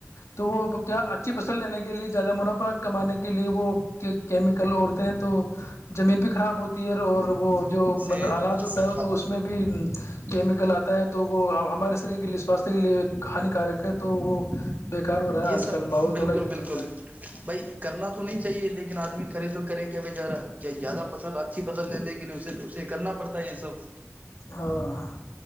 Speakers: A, on the left; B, on the right.
A: تو وہ کیا اچھی فصل لینے کے لیے زیادہ منافع کمانے کے لیے وہ کیمیکل اوڑھتے ہیں تو زمین بھی خراب ہوتی ہے اور وہ <unintelligible> جو مطلب
B: صحت
A: انلاج ہوتا ہے ہو تو اس میں بھی کیمیکل گلاتا ہے تو وہب ہمارے سری کی لسٹ سواستھ کے لیے ایک ہانیکارک ہے تو وہ بیکار ہو رہا ہے
B: یہ
A: آج
B: سر
A: کل ماحول
B: بالکل
A: تھوڑا ایسا
B: بالکل
A: چل رہا ہے
B: بھائی کرنا تو نہیں چاہے لیکن آدمی کرے تو کریں کیا بھ جارا زیادہ فصل اچھی فصل لے گی نہیں اسے اس سے کرنا پڑتا ہے یہ سب
A: ہاں